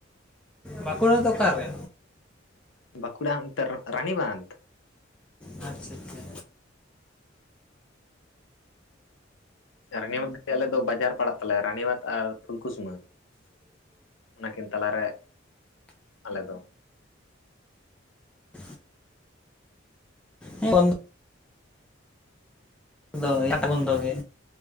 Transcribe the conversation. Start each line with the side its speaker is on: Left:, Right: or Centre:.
Centre: ᱵᱟᱸᱠᱩᱲᱟ ᱫᱚ ᱚᱠᱟᱨ ᱨᱮ
Left: ᱵᱟᱸᱠᱩᱲᱟ ᱨᱟᱱᱤᱵᱟᱸᱫᱷ
Centre: ᱟᱪᱪᱷᱟ ᱟᱪᱪᱷᱟ
Left: ᱨᱟᱱᱤᱵᱟᱫᱽ ᱜᱮ ᱟᱞᱮ ᱫᱚ ᱵᱟᱡᱟᱨ ᱯᱟᱲᱟᱜ ᱛᱟᱞᱮᱭᱟ ᱨᱟᱱᱤᱵᱟᱫᱽ ᱟᱨ ᱯᱷᱩᱞᱠᱩᱥᱢᱟᱹ ᱚᱱᱟᱠᱤᱱ ᱛᱟᱞᱟᱨᱮ ᱟᱞᱮ ᱫᱚ
Centre: <inaudible> ᱵᱫᱚ <unintelligible> ᱫᱚ ᱮ ᱵᱚᱱᱫᱚ ᱜᱮ